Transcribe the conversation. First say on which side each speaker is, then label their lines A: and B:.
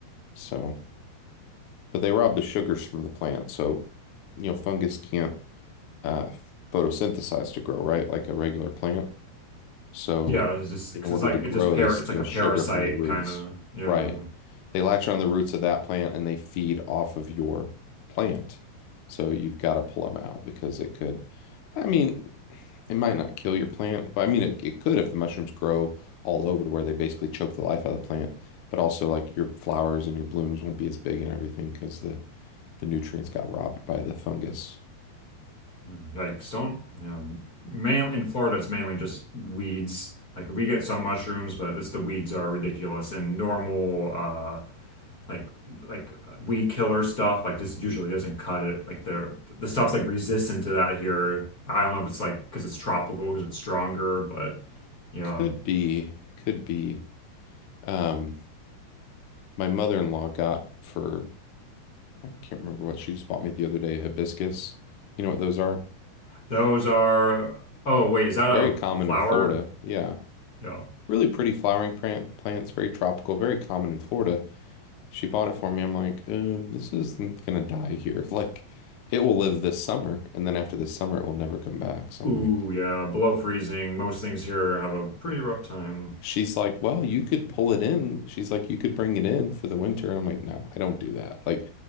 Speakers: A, on the left (about 70°); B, on the left (about 30°).
A: So, but they rob the sugars from the plant. So, you know, fungus can't uh, photosynthesize to grow, right? Like a regular plant. So,
B: Yeah, it's just because
A: in order
B: like
A: to grow,
B: it just par
A: they steal
B: it's like a parasite
A: sugar from the roots.
B: kind of. Yeah.
A: Right. They latch on the roots of that plant and they feed off of your plant. So, you've got to pull them out because it could, I mean, it might not kill your plant. Well, I mean, it, it could if the mushrooms grow all over to where they basically choke the life out of the plant. But also, like your flowers and your blooms won't be as big and everything because the, the nutrients got robbed by the fungus.
B: Mm, Yikes, don't, you know, main in Florida, it's mainly just weeds. Like we get some mushrooms, but this the weeds are ridiculous. And normal, uh, like like weed killer stuff, like this usually doesn't cut it. Like the the stuff's like resistant to that here. I don't know if it's like because it's tropical, because it's stronger, but yeah,
A: Could be, could be. Um, my mother-in-law got for I can't remember what she just bought me the other day, hibiscus. You know what those are?
B: those are. Oh wait, is that
A: Very
B: a
A: common
B: flower?
A: in Florida. Yeah.
B: Yeah.
A: Really pretty flowering plant plants, very tropical, very common in Florida. She bought it for me. I'm like, um, this isn't gonna die here. <laughs> Like, it will live this summer, and then after this summer, it will never come back. So I'm
B: Ooh,
A: like,
B: yeah, below freezing. Most things here have a pretty rough time.
A: she's like, well, you could pull it in. She's like, you could bring it in for the winter. And I'm like, no, I don't do that. Like,